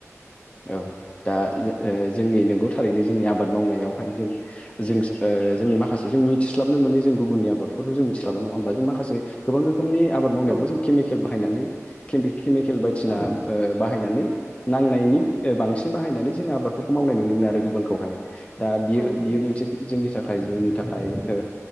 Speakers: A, on the left; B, on the right.
A: औ दा ओ जोंनि नंगौ थारैनो जोंनि आबाद मावनायावहाय जों जों ओ जोंनि माखासे जों मिथिस्लाबनो मोनि गुबनि आबादफोरखौ जों मिथिला नङा होमबा जों माखासे गोबां रो खोमनि आबद मावनायावबो
B: औ
A: जों केमिकेल बाहायनानै केमिकेल बायदिसिना
B: औ
A: ओ बा बाहायनानै नांनायनि बांसिन बाहायनानै जोंङो आबादफोरखौ मावनाय नुनो मोनो आरो गुबुनखौहाय। दा बियो
B: औ
A: बियो
B: नंगौ
A: मोनसे
B: औ
A: जोंनि था खाय जोंनि थाखाय ओ